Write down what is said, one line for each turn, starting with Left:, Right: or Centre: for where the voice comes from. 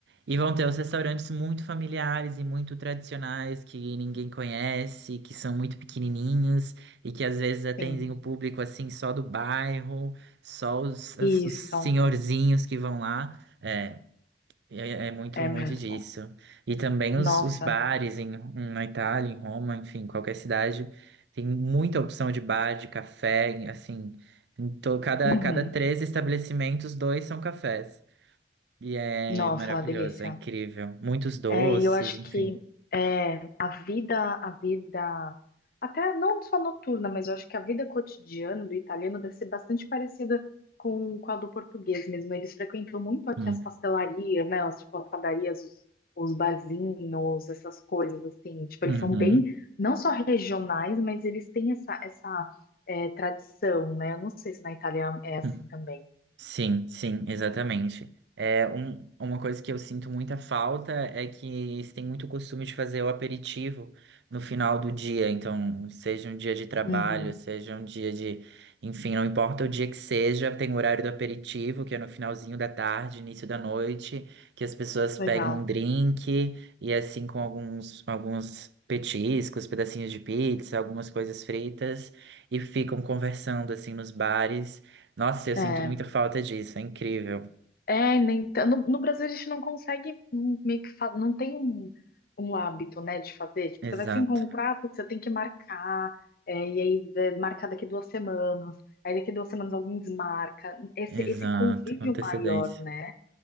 Right: E vão ter os restaurantes muito familiares e muito tradicionais que ninguém conhece, que são muito pequenininhos e que às vezes atendem
Left: sim.
Right: o público assim só do bairro, só os, as-
Left: Isso,
Right: os senhorzinhos que vão lá. É, é, é muito,
Left: é
Right: muito
Left: muito
Right: disso.
Left: bom.
Right: E também os,
Left: Nossa,
Right: os bares em, na Itália, em Roma, enfim, qualquer cidade, tem muita opção de bar, de café, assim. Então, cada,
Left: uhum.
Right: cada três estabelecimentos, dois são cafés. E é
Left: Nossa,
Right: maravilhoso,
Left: uma delícia.
Right: é incrível. Muitos doces,
Left: É, e eu acho
Right: enfim.
Left: que é, a vida, a vida, até não só noturna, mas eu acho que a vida cotidiana do italiano deve ser bastante parecida com, com a do português mesmo. Eles frequentam muito aqui
Right: Hum,
Left: as pastelarias, né? As, tipo, padarias, os, os barzinhos, essas coisas assim. Tipo,
Right: uhum.
Left: eles são bem, não só regionais, mas eles têm essa, essa é, tradição, né? Eu não sei se na Itália é assim
Right: hum.
Left: também.
Right: Sim, sim, exatamente. É um, uma coisa que eu sinto muita falta é que eles têm muito costume de fazer o aperitivo no final do dia. Então, seja um dia de trabalho,
Left: Uhum,
Right: seja um dia de, enfim, não importa o dia que seja, tem o horário do aperitivo, que é no finalzinho da tarde, início da noite, que as pessoas
Left: legal.
Right: pegam um drink e assim com alguns, alguns petiscos, pedacinhos de pizza, algumas coisas fritas e ficam conversando assim nos bares. Nossa, eu
Left: É.
Right: sinto muita falta disso, é incrível.
Left: É, nem, ta- no, no Brasil a gente não consegue hum, meio que fa- não tem um, um hábito, né, de fazer. Tipo,
Right: Exato,
Left: você vai se encontrar, putz, você tem que marcar, é, e aí é, marcar daqui duas semanas, aí daqui duas semanas alguém desmarca. Esse,
Right: exato,
Left: esse convívio
Right: com antecedência.
Left: maior, né?